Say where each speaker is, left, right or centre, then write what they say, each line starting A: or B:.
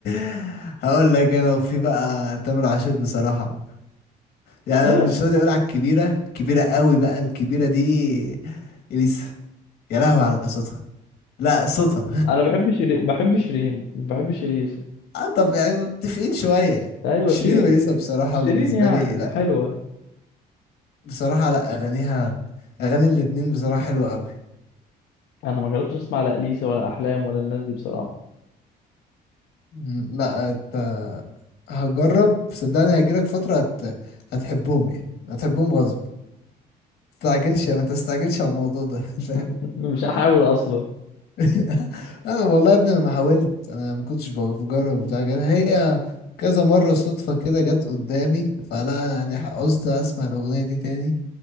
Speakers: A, on the left; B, on the left.
A: <laughs> هقول لك انا وفي بقى تامر عاشور بصراحه يعني
B: طبعاً.
A: انا مش راضي اقول على الكبيره الكبيره قوي بقى الكبيره دي اليسا يا لهوي على صوتها لا صوتها
B: انا بحب شيرين بحب شيرين بحب شيرين
A: <laughs> اه طب يعني متفقين شوية
B: ايوه
A: شيرين
B: شيرين
A: وليسا بصراحة
B: شيرين
A: بالنسبة
B: يعني
A: لي لا
B: حلوه
A: بصراحة لا أغانيها أغاني الاتنين بصراحة حلوة أوي
B: انا ما جربتش اسمع لا اليسا ولا احلام ولا الناس دي بصراحه
A: مم، لا أنت هجرب صدقني هيجيلك فترة هت... هتحبهم يعني هتحبهم غصب متستعجلش ما تستعجلش على الموضوع ده <laughs>
B: <laughs>
A: فاهم
B: مش هحاول اصلا
A: <laughs> انا والله يا ابني انا ما حاولت انا ما كنتش بجرب وبتاع كده هي كذا مرة صدفة كده جت قدامي فلا انا يعني عوزت اسمع الاغنية دي تاني